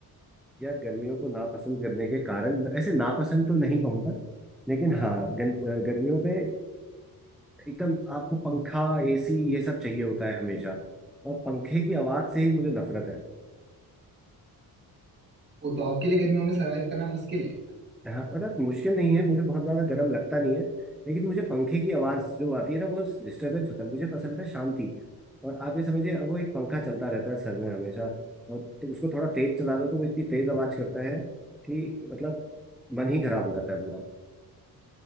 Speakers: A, in the centre; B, on the right.
A: यार गर्मियों को नापसंद करने के कारण ऐसे नापसंद तो नहीं कहूंगा लेकिन हाँ गन, गर्मियों पे एकदम आपको पंखा एसी ये सब चाहिए होता है हमेशा और पंखे की आवाज से ही मुझे नफरत है
B: वो तो आपके लिए गर्मियों में सरवाइव करना मुश्किल है
A: हाँ मतलब मुश्किल नहीं है मुझे बहुत ज्यादा गर्म लगता नहीं है लेकिन मुझे पंखे की आवाज जो आती है ना वो डिस्टरबेंस होता है मुझे पसंद है शांति और आप ये समझिए अब वो एक पंखा चलता रहता है सर में हमेशा और तो उसको थोड़ा तेज चला दो तो वो इतनी तेज आवाज करता है कि मतलब मन ही खराब हो जाता है पूरा